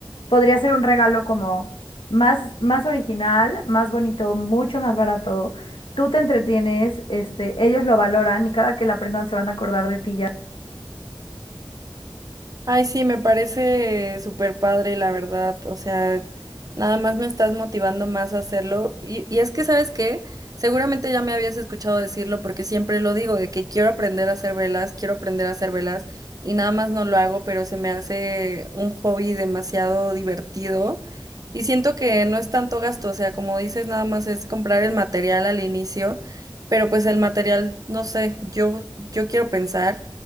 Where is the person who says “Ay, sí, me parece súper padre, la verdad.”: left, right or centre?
Right